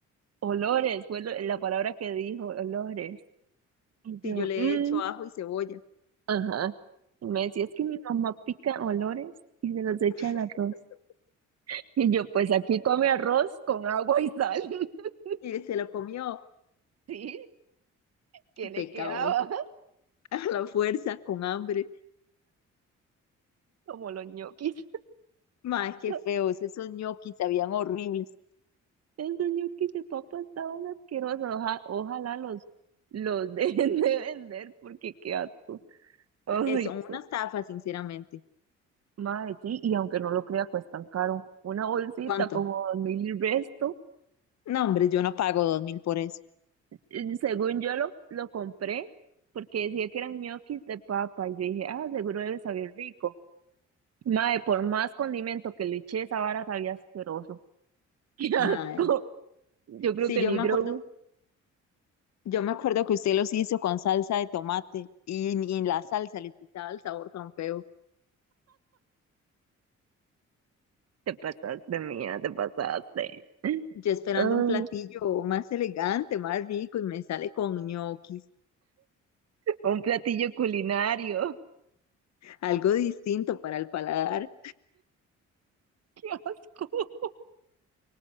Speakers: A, on the right; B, on the left.
A: olores, fue lo- la palabra que dijo, olores. Y yo,
B: Si yo le
A: "Mm,
B: he hecho ajo y cebolla
A: ajá. Y me decía, es que mi mamá pica olores y se los echa
B: <laughs>
A: al arroz. Y yo, pues aquí come arroz con agua y sal. <laughs>
B: y se lo comió,
A: Sí, que le
B: pecado,
A: quedaba <laughs>
B: <laughs> a la fuerza, con hambre.
A: como los ñoquis.
B: Más qué
A: <laughs>
B: feos, esos ñoquis sabían horribles.
A: Esos ñoquis de papa estaban asquerosos. Oja- ojalá los, los <laughs> dejen de vender porque qué asco. Ay,
B: Eh, Son
A: se-
B: una estafa, sinceramente.
A: madre, sí, y aunque no lo crea, cuestan caro. Una bolsita
B: ¿Cuánto?
A: como dos mil y resto.
B: No, hombre, yo no pago dos mil por eso.
A: eh, Según yo lo, lo compré porque decía que eran ñoquis de papa y yo dije, ah, seguro debe saber rico. Mae, por más condimento que le eché, esa vara sabía asqueroso. <laughs> ¡Qué
B: Mae,
A: asco! Yo creo
B: sí,
A: que
B: yo
A: ni
B: me
A: Grogu
B: acuerdo, yo me acuerdo que usted los hizo con salsa de tomate y, y la salsa le quitaba el sabor tan feo.
A: te pasaste, mía, te pasaste. <laughs>
B: Yo esperando
A: Ah,
B: un platillo más elegante, más rico y me sale con ñoquis,
A: un platillo culinario.
B: algo distinto para el paladar.
A: <laughs> ¡Qué asco!